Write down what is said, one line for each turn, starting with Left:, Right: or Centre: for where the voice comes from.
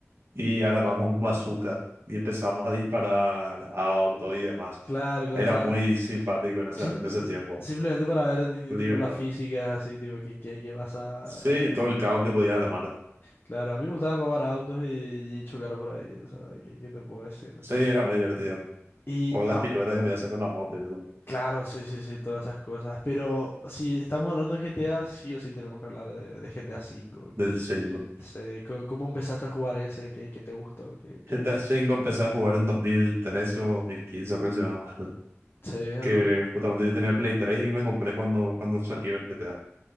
Right: y agarramos un bazooka y empezamos a disparar a autos y demás.
Left: Claro, claro,
Right: Era
Left: o sea,
Right: muy simpático en ese,
Left: sim-
Right: en ese tiempo.
Left: simplemente para ver, ti-
Right: Libertad.
Left: tipo, las físicas así, tipo, qué, qué, qué pasa,
Right: Sí,
Left: ¿verdad?
Right: todo
Left: ¿no?
Right: el caos que podía armar.
Left: Claro, a mí me gustaba robar autos y, y chocar por ahí, o sea, ¿qué, qué te puedo decir? no?
Right: Sí, era muy divertido.
Left: Y
Right: O las
Left: ah,
Right: piruetas que podía hacer con la moto y eso,
Left: Claro, sí, sí, sí, todas esas cosas. Pero si estamos hablando de GTA, sí o sí tenemos que hablar de, de GTA V.
Right: del
Left: Que,
Right: 5.
Left: sé, co- ¿cómo empezaste a jugar ese? ¿Qué, qué te gustó? ¿Qué, qué
Right: GTA
Left: me-
Right: cinco empecé a jugar en 2013 o 2015 aproximadamente.
Left: Sí, ajá.
Right: Que justamente yo tenía el Play 3 y me compré cuando, cuando salió el GTA.